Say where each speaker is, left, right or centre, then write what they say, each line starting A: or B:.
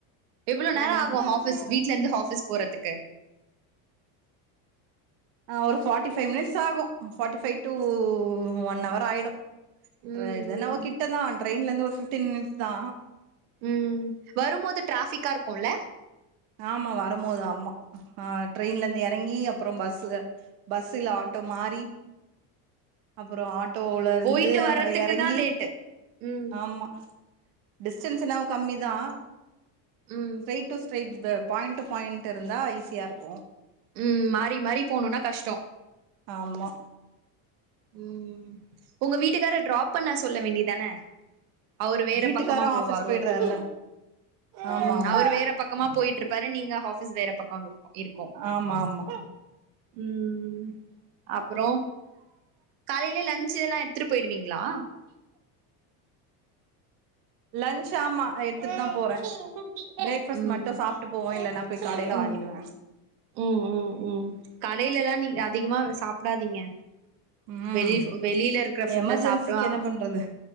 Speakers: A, on the right; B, on the right.
A: எவ்ளோ நேரோ
B: நைன்
A: ஆகு ஆஃபிஸ் வீட்ல இருந்து ஆஃபிஸ் போறத்துக்கு
B: ஆ ஒரு ஃபார்ட்டி ஃபைவ் மினிட்ஸ் ஆகு forty five to one hour ஆயிடு
A: ம்
B: ட்ற இதென்னவோ
A: ம்
B: கிட்டதா ட்ரெயின்லருந்து ஒரு ஃபிப்டீன் மினிட்ஸ் தா
A: ம் வரும் போது ட்ராஃபிக்கா இருக்குல்ல
B: ஆமா வரும்போது ஆமா ஆ ட்ரெயின்ல இருந்து எறங்கி அப்றோ பஸ் பஸ் இல்ல ஆட்டோ மாறி அப்றோ ஆட்டோல இருந்து
A: போயிட்டு வர்றதுக்கு
B: அங்க எறங்கி
A: தா லேட்டு ம்
B: ஆமா டிஸ்டன்ஸ் என்னவோ கம்மி தா
A: ம்
B: straight to straight the point to point இருந்தா ஈஸியா இருக்கு
A: ம் மாறி மாறி போணுனா கஷ்டோ
B: ஆமா
A: ம் உங்க வீட் டுக்கார ட்ராப் பண்ண சொல்ல வேண்டியதான அவரு வேற
B: வீட்டுக்காரு
A: பக்கமா போவாரோ
B: ஆஃபீஸ் போயிட்றாருல ஆமா
A: ம்
B: ஆமா
A: அவரு வேற பக்கமா போய்ட்ருப்பாரு நீங்க ஆஃபிஸ் வேற பக்க இருக் இருக்கு
B: ஆமா ஆமா
A: ம் ம் அப்றோ டெய்லி லன்ச்சு இதல்லா எடுத்துட்டு போய்டுவீங்ளா
B: லன்ச் ஆமா எடுத்துட்டு தா போற ப்ரேக்ஃபாஸ்ட்
A: ம்
B: மட்டு சாப்ட்டு போவ இல்லன்னா போய் கடையில
A: ம்
B: வாங்கிடுவே
A: ம் ம் ம் கடையில எல்லா நீங்க அதிகமா சாப்டாதீங்க
B: ம்
A: வெளி வெளியில இருக்குற ஃபுட்ட
B: எமர்ஜென்சிக்கு
A: சாப்டா
B: என்ன பண்றது